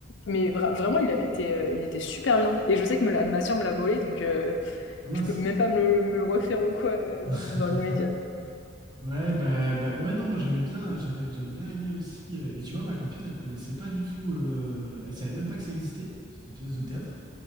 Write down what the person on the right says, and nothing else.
Ah mince.
<laughs>
Ouais, bah, bah, ouais, non, moi j'avais bien, j'avais, j'avais bien aimé aussi. euh, et tu vois, ma copine, elle connaissait pas du tout, euh, elle savait même pas que ça existait, cette pièce de théâtre.